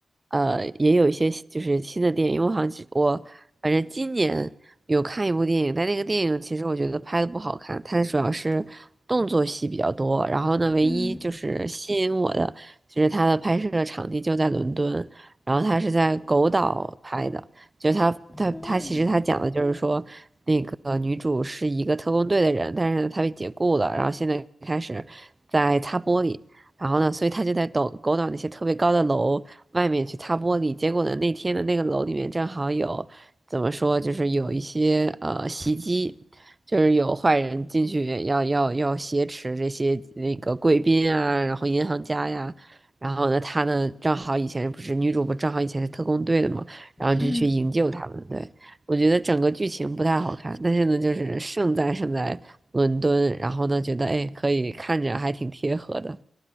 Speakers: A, on the right; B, on the left.
A: 呃，也有一些就是新的电影。因为我好像只我反正今年有看一部电影，但那个电影其实我觉得拍的不好看，它主要是动作戏比较多。然后呢，唯一就是吸引我的，
B: 嗯
A: 就是它的拍摄场地就在伦敦，然后它是在狗岛拍的，就它它它其实它讲的就是说。
B: 嗯
A: 那个女主是一个特工队的人，但是呢，她被解雇了，然后现在开始在擦玻璃，然后呢，所以她就在抖狗岛那些特别高的楼外面去擦玻璃。结果呢，那天的那个楼里面正好有怎么说，就是有一些呃袭击，就是有坏人进去要要要挟持这些那个贵宾啊，然后银行家呀。然后呢，她呢，正好以前不是女主不正好以前是特工队的嘛，然后就去营救他们，
B: 嗯，
A: 对。我觉得整个剧情不太好看，但是呢，就是胜在胜在伦敦，然后呢，觉得哎，可以看着还挺贴合的。